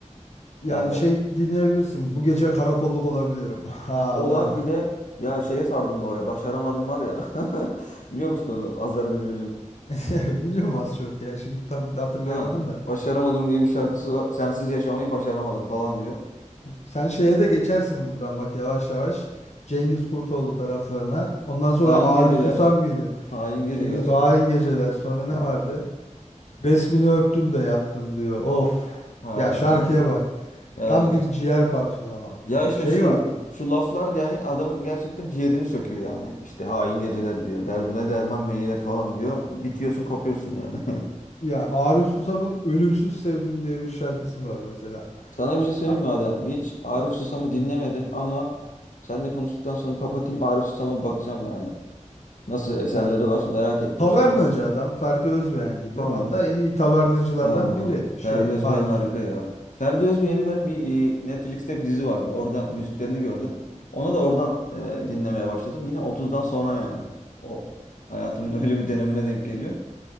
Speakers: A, on the left; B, on the left.
A: Yani
B: Yani
A: şey dinleyebilirsin. Bu gece karakolluk olabilirim. <laughs> Ha
B: O
A: ulan.
B: var bir de ya şeye sardım bu ara. Başaramadım var ya. <laughs> Biliyor musun onu? Azer Bülbül'ün.
A: <laughs> Biliyorum az çok ya. Şimdi tam hatırlayamadım
B: Ha,
A: da.
B: başaramadım diye bir şarkısı var. Sensiz yaşamayı başaramadım falan diyor.
A: Sen şeye de geçersin buradan bak yavaş yavaş. Cengiz Kurtoğlu taraflarına. Ondan sonra
B: Hain
A: Arif
B: geceler.
A: Susam geliyor.
B: Hain geceler.
A: Cengiz o hain
B: <laughs>
A: geceler. Sonra ne vardı? Resmini öptüm de yattım diyor. Of.
B: Ha,
A: Ya şarkıya bak.
B: evet.
A: Tam bir ciğer parçalama.
B: Ya işte
A: Şey
B: şu
A: var.
B: şu laflar yani adamın gerçekten ciğerini söküyor yani. İşte hain geceler diyor. Derdime derman meyler falan diyor. Bitiyorsun, kopuyorsun yani. <laughs>
A: Ya Arif Susam'ın Ölümsüz Sevdim diye bir şarkısı var mesela.
B: Sana bir şey söyleyeyim
A: Ya,
B: mi Adem? Hiç Arif Susam'ı dinlemedim ama sen de konuştuktan sonra bir kapatayım. Arif Susam'a bir bakacağım yani. Nasıl eserleri
A: ya,
B: var merak ettim
A: tavernacı
B: şimdi.
A: adam Ferdi Özbeğen gibi.
B: Tamam.
A: Hatta en iyi tavernacılardan
B: Aa,
A: biri
B: Ferdi
A: şey
B: Özbeğen
A: Arsus.
B: harika ya. Ferdi Özbeğen'i ben bir e, Netflix'te bir dizi vardı. Orada müziklerini gördüm. Ona da oradan e, dinlemeye başladım. Yine otuzdan sonra yani. O hayatımın <laughs> öyle bir dönemine denk geliyor.